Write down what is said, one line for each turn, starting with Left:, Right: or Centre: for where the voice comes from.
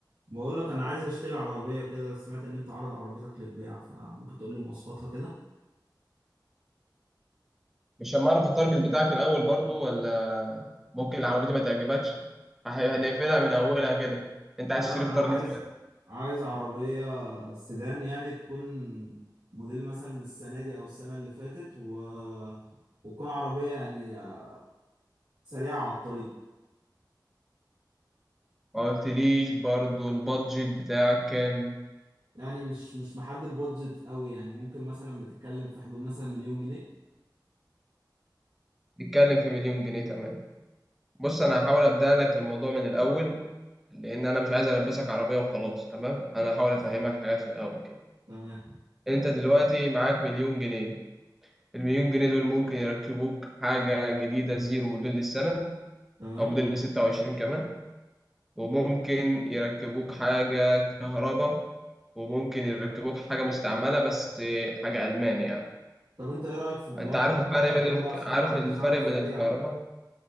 Right: بقول لك انا عايز اشتري عربيه كده سمعت ان انت عارض عربيتك للبيع فممكن تقول لي مواصفاتها كده
Centre: مش هنعرف التارجت بتاعك الأول برضو ولا ممكن العربية دي ما تعجبكش فه-
Right: لا
Centre: هنقفلها من أولها كده أنت عايز
Right: لا،
Centre: تشتري في
Right: انا
Centre: تارجت
Right: عايز
Centre: كام؟
Right: عايز عربيه سيدان يعني تكون موديل مثلا السنه دي او السنه اللي فاتت و... وتكون عربيه يعني آه، سريعه على الطريق
Centre: ما قلتليش برضو البادجت بتاعك كام؟
Right: يعني مش مش محدد بادجت قوي يعني ممكن مثلا بتتكلم في حدود مثلا مليون جنيه
Centre: نتكلم في مليون جنيه تمام بص أنا هحاول أبدأ لك الموضوع من الأول لأن أنا مش عايز ألبسك عربية وخلاص تمام أنا هحاول
Right: ماشي
Centre: أفهمك حاجات في الأول كده
Right: تمام
Centre: أنت دلوقتي معاك مليون جنيه المليون جنيه دول ممكن يركبوك حاجة جديدة زيرو موديل السنة
Right: تمام
Centre: أو موديل 26 كمان وممكن يركبوك حاجة كهرباء وممكن يركبوك حاجة مستعملة بس حاجة ألماني يعني
Right: طب انت ايه رايك في موضوع
Centre: أنت
Right: العربيات
Centre: عارف الفرق
Right: الكهرباء
Centre: بين الك...
Right: ده عشان
Centre: عارف
Right: انا ما عنديش
Centre: الفرق
Right: عنه خلفيه
Centre: بين الكهرباء
Right: قوي